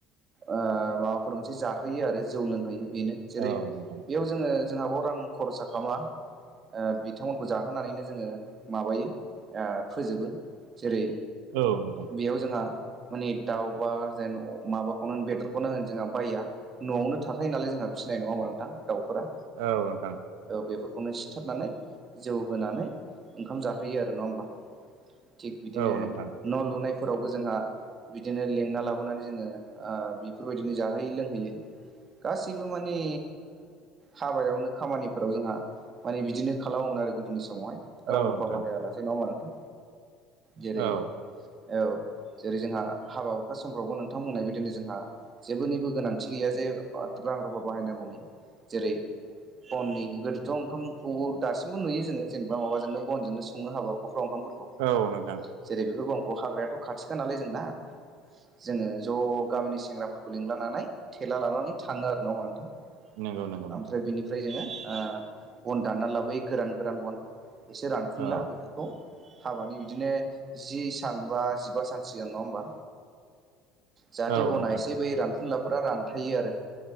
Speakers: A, on the right; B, on the right.
A: ओ माबाफोर मोनसे जाहोयो आरो जौ लोंहोयो बेनो। जेरै
B: औ नोंथां
A: बेयाव जोङो जोंहा बेयाव रां खरसा खालामा। ओ बिथांमोनखौ जाहोनानैनो जोङो माबायो फोजोबो जेरै
B: औ नोंथां
A: बेयाव जोंहा माने दाउ बा जेन माबाखौनो होन बेदरखौनो होन जोंहा बाया न'आवनो थाखायो नालाय जोंहा फिसिनाय नङा होनबा नोंथां दाउफोरा
B: औ नोंथां
A: औ बेफोरखौनो सिथाबनानै जौ होनानै ओंखाम जाहोयो आरो नङा होमबा? थिग बिदिनो
B: औ नोंथां
A: न' लुनायफोरावबो जोंहा बिदिनो लेंना लाबोनानै जोङो बेफोरबायदिनो ओ जाहोययो लोंहोयो। गासैबो माने हाबायावनो खामानिफोराव जोंहा माने बिदिनो खालामोमोन आरो गोदोनि समावहाय
B: औ
A: रां रुफा
B: नोंथां
A: बाहायालासे नङा होनबा नोंथां जेरै
B: औ
A: औ जेरै जोंहा हाबा हुखा समफ्रावबो नोंथां बुंनाय बिदिनो जोंहा जेबबोनिबो गोनांथि गैया जे रां रुफा बाहायनांगौनि जेरै बननि गोदोथ' ओंखामखौबो दासिमबो नुयो जोङो जेनेबा माबाजों बनजोंनो सङो हाबा हुखाफ्राव ओंखामफोरखौ
B: औ नोंथां।
A: जेरै बेफोरबो अंखौ हाग्रायाथ' खाथिखा नालाय जोंना जोङो ज' गामिनि सेंग्राफोरखौ लिंलानानै थेला लानानै थाङो आरो ना नङा होनबा नोंथां
B: नंगौ नंगौ नोंथां
A: ओमफ्राय बिनिफ्राय जोङो ओ बन दानना लाबोयो गोरान गोरान बन। एसे रानफुनला
B: औ
A: बेफोरखौ हाबानि बिदिनो जि सान बा जिबा सान सिगां नङा होमबा जाहाथे
B: औ
A: बनायसै
B: नोंथां
A: बै रानखुनलाफोरा रानथायो आरो